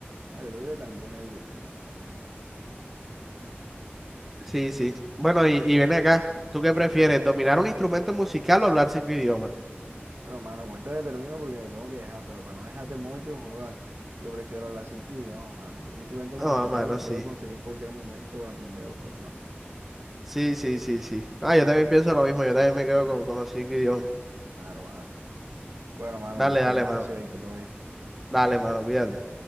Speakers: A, on the right; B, in the centre.
A: ah, yo creo que también el gusto, mano, la verdad.
B: Sí, sí. Bueno, y,
A: Sí,
B: y ven
A: sí.
B: acá, ¿tú qué prefieres,
A: Ay.
B: dominar un instrumento musical o hablar cinco idiomas?
A: Pero, mano, cuéntate, termino porque te tengo que dejar, pero para no dejarte mocho, joda, yo prefiero hablar cinco idiomas, mano. Un instrumento musical
B: Ah, mano,
A: lo
B: sí.
A: puedo conseguir en cualquier momento, aprenderlo, pero no.
B: Sí, sí, sí, sí. Ah, yo también pienso lo mismo, yo también me quedo con, con los cinco idiomas.
A: Claro, claro. Bueno, mano,
B: Dale,
A: pues quedamos
B: dale, mano.
A: así ahorita, todo bien.
B: Dale, mano, cuídate.